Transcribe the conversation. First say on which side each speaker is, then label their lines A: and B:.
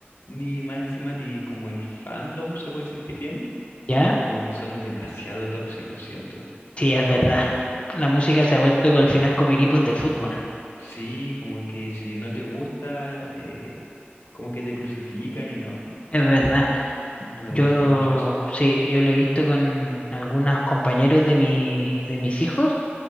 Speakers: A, on the left; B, on the left.
A: ni más encima, ni como el fandom se puede decir que tiene,
B: ¿Ya?
A: como que son demasiado tóxicos, siento.
B: Sí, es verdad. La música se ha vuelto al final como equipos de fútbol.
A: Sí, como que si no te gusta, eh, como que te crucifican y no,
B: Es verdad.
A: no me
B: Yo
A: gusta mucho eso.
B: sí, yo lo he visto con algunos compañeros de mi, de mis hijos